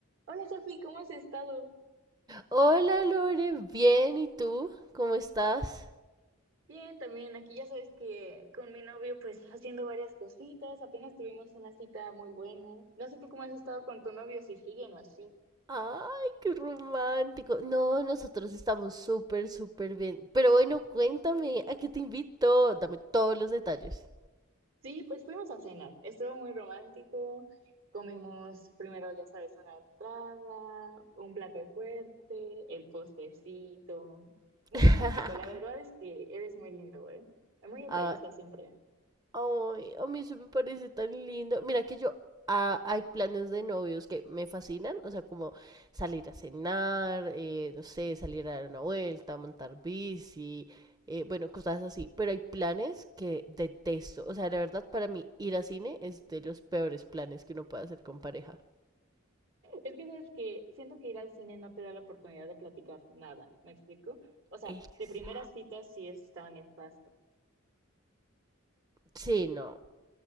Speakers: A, on the right; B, on the right.
A: Hola Sofi, ¿cómo has estado?
B: Hola Lore, bien, ¿y tú? ¿Cómo estás?
A: Bien, también aquí ya sabes que con mi novio pues haciendo varias cositas, apenas tuvimos una cita muy buena. No sé tú cómo has estado con tu novio, si siguen o así.
B: Ay, qué romántico. No, nosotros estamos súper, súper bien. Pero bueno, cuéntame, ¿a qué te invito? Dame todos los detalles.
A: Sí, pues fuimos a cenar, estuvo muy romántico, comimos primero ya sabes una entrada, un plato fuerte, el postrecito. Muy
B: <laughs>
A: romántico, la verdad es que eres muy lindo, ¿eh? Muy detallista
B: Ah,
A: siempre.
B: Ay, a mí eso me parece tan lindo. Mira que yo, ah, hay planes de novios que me fascinan, o sea, como salir a cenar, eh, no sé, salir a dar una vuelta, montar bici, eh, bueno, cosas así. Pero hay planes que detesto. O sea, la verdad, para mí ir a cine es de los peores planes que uno puede hacer con pareja.
A: Es que sabes que siento que ir al cine no te da la oportunidad de platicar nada, ¿me explico? O sea,
B: Exacto.
A: de primeras citas sí está nefasto.
B: Sí, no,